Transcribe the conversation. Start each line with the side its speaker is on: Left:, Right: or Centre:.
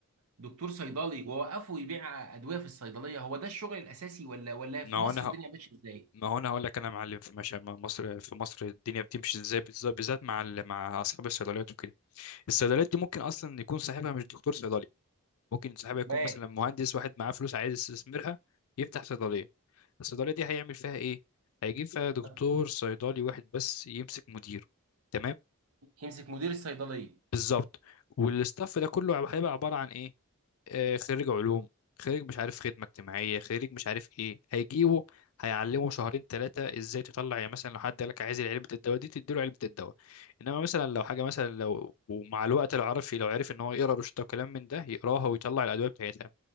Right: دكتور صيدلي واوقفه يبيع ادويه في الصيدليه هو ده الشغل الاساسي ولا ولا
Left: ما
Right: في
Left: هو
Right: مصر
Left: انا
Right: الدنيا ماشيه ازاي
Left: ما هو انا هقول لك انا يا معلم في ماشي مع مصر في مصر الدنيا بتمشي ازاي بالز- بالذات مع ال- مع اصحاب الصيدليات وكده الصيدليات دي ممكن اصلا يكون صاحبها مش دكتور صيدلي ممكن صاحبها يكون
Right: تمام
Left: مثلا مهندس واحد معاه فلوس عايز يستثمرها يفتح صيدليه الصيدليه دي هيعمل فيها ايه هيجيب فيها دكتور
Right: آه.
Left: صيدلي واحد بس يمسك مدير تمام
Right: يمسك مدير الصيدليه
Left: بالظبط والاستاف ده كله هيبقى عباره عن ايه آه، خريج علوم خريج مش عارف خدمة اجتماعية خريج مش عارف ايه هيجيبه هيعلمه شهرين ثلاثة ازاي تطلع يعني مثلا لو حد قالك عايز علبة الدواء دي تديله علبة الدواء انما مثلا لو حاجة مثلا لو ومع الوقت لو عرف لو عرف ان هو يقرا روشته وكلام من ده يقراها ويطلع الادوية بتاعتها